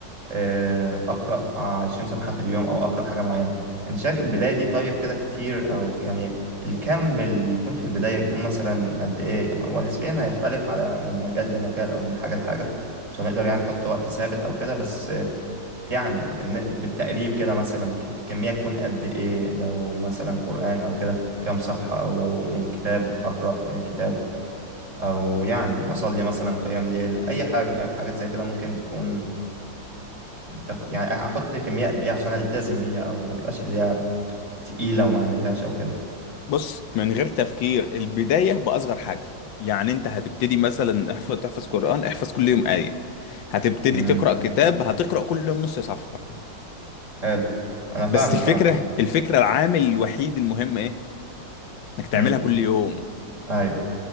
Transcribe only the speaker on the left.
بص من غير تفكير البداية بأصغر حاجة يعني انت هتبتدي مثلا احفظ تحفظ قرآن احفظ كل يوم آية هتبتدي
تقرأ كتاب هتقرأ كل يوم نص صفحة
بس الفكرة
الفكرة العامل الوحيد المهم ايه انك تعملها
كل يوم